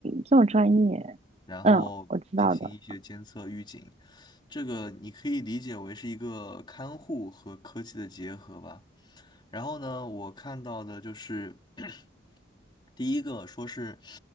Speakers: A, on the right (about 30°); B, on the left (about 25°).
A: 这么专业。
B: 然后进行一些监测预警。
A: 嗯，我知道的。
B: 这个你可以理解为是一个看护和科技的结合吧。然后呢，我看到的就是 <clears throat> 第一个说是